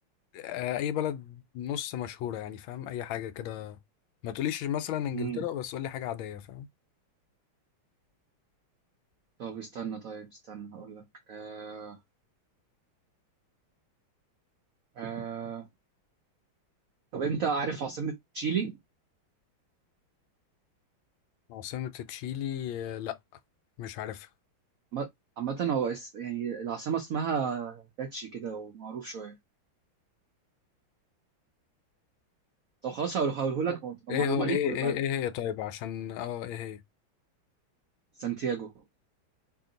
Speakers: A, on the left; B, on the right.
A: آه، أي بلد نص مشهورة يعني فاهم أي حاجة كده ما تقوليش مثلا إنجلترا
B: مم.
A: بس قولي حاجة عادية فاهم
B: طب استنى طيب استنى هقول لك آه آه طب أنت عارف عاصمة تشيلي
A: عاصمة تشيلي آه، لأ مش عارفها
B: عم- عامة هو اس... يعني العاصمة اسمها كاتشي كده ومعروف شوية طب خلاص هقولهولك وتبقى
A: إيه
B: معلومة
A: هو إيه
B: ليك ويبقى
A: إيه إيه هي طيب عشان آه إيه هي
B: سانتياغو